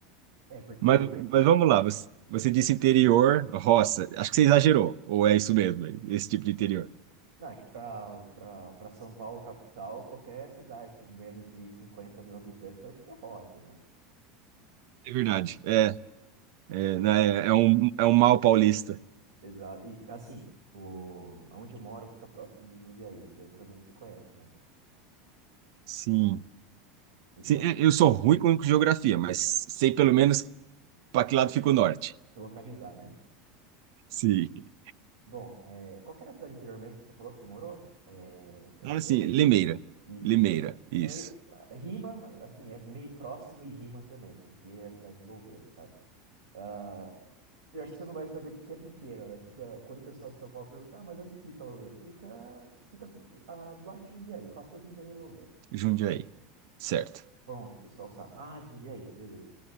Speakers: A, on the right (about 90°); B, on the right (about 70°).
A: É, porque.
B: Mas, mas vamos lá, você, você disse interior, roça. Acho que você exagerou, ou é isso mesmo, esse tipo de interior.
A: Não, é que pra, pra, pra São Paulo, capital, qualquer cidade menos de 50 mil habitantes, eu acho que é roça, né?
B: É verdade. É, é, né, é é um, é um mal paulista.
A: Exato. E assim, o... onde eu moro fica próximo de Jundiaí. Jundiaí provavelmente você conhece, né?
B: Sim.
A: Então,
B: Sim, é, eu sou ruim com geografia, mas sei pelo menos
A: <laughs>
B: para que
A: se
B: lado fica o norte.
A: se localizar, né?
B: Sim.
A: Bom, é... qual que era a cidade interior mesmo que você falou que você morou? É, é
B: Ah,
A: Limeira?
B: sim, Limeira.
A: Isso.
B: Limeira, isso.
A: É meio. é, Rima, ma- assim, é meio próximo e rima também. que Aqui é a cidade de Louveira, sabe? Ah, Eu acho que você não vai saber porque é pequena, né? Fica... Quando o pessoal de São Paulo pergunta, ah, mas onde fica Louveira? Fica, fica do, ah, do lado de Jundiaí. Passou Jundiaí e Louveira.
B: Jundiaí. Certo.
A: Pronto, o pessoal sabe. Ah, Jundiaí, beleza.